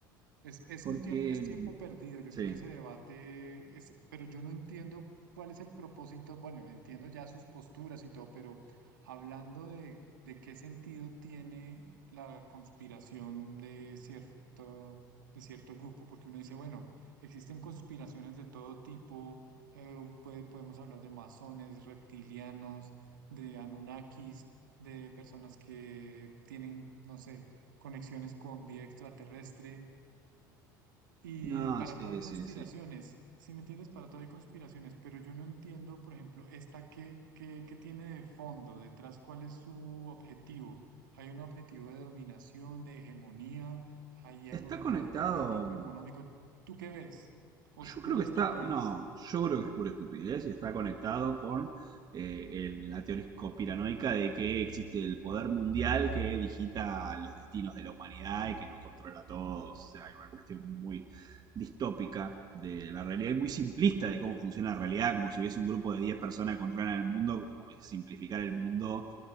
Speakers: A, on the right (about 85°); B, on the right (about 40°).
A: Es, es
B: Porque,
A: un tiempo, es tiempo perdido. Yo
B: sí,
A: creo que ese debate es, pero yo no entiendo cuál es el propósito. Bueno, entiendo ya sus posturas y todo, pero hablando de, de qué sentido tiene la conspiración de cierto, de cierto grupo, porque uno dice, bueno, existen conspiraciones de todo tipo, eh, puede- podemos hablar de masones, reptilianos, de Anunnakis, de personas que tienen, no sé, conexiones con vida extraterrestre. Y
B: no,
A: para
B: sí,
A: todo hay conspiraciones,
B: sí, sí.
A: si me entiendes? Para todo hay conspiraciones, pero yo no entiendo, por ejemplo, esta qué, qué, qué tiene de fondo, detrás, cuál es su objetivo. Hay un objetivo de dominación, de hegemonía, hay
B: Está
A: algo de
B: conectado
A: poder político, económico. ¿Tú qué ves? ¿O
B: Yo
A: es pura
B: creo que
A: estupidez?
B: está, no, yo creo que es pura estupidez y está conectado con eh, el- la teoría conspiranoica de que existe el poder mundial que digita los destinos de la humanidad y que nos controla a todos. O sea, hay una cuestión muy distópica de la realidad y muy simplista de cómo funciona la realidad, como si hubiese un grupo de 10 personas que controlan el mundo, como es simplificar el mundo